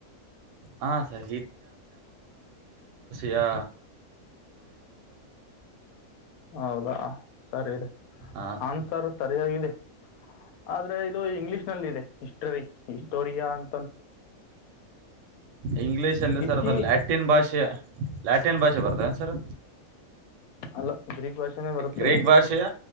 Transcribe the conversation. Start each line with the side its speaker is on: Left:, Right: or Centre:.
Right: ಹಾ ಸರ್ ಯಾ
Left: ಹೌದಾ ಸರಿ ಇದೆ
Right: ಹ
Left: ಆನ್ಸರ್ ಸರಿಯಾಗಿದೆ ಆದ್ರೆ ಇದು ಇಂಗ್ಲಿಷ್ ನಲ್ಲಿ ಇದೆ ಹಿಸ್ಟರಿ ತೋರಿಯನ್
Right: ಇಂಗ್ಲಿೀಷ್ ಅಲ್ಲಿ
Left: ಇತಿ
Right: ಸರ್ ಅದು ಲ್ಯಾಟಿನ್ ಭಾಷೆ ಲ್ಯಾಟಿನ್ ಭಾಷೆ ಬರ್ತ ಸರ್
Left: ಅಲ್ಲ ಗ್ರೀಕ್ ಭಾಷೆನೇ ಬರುತ್ತೆ
Right: ಗ್ರೀಕ್ ಭಾಷೆಯ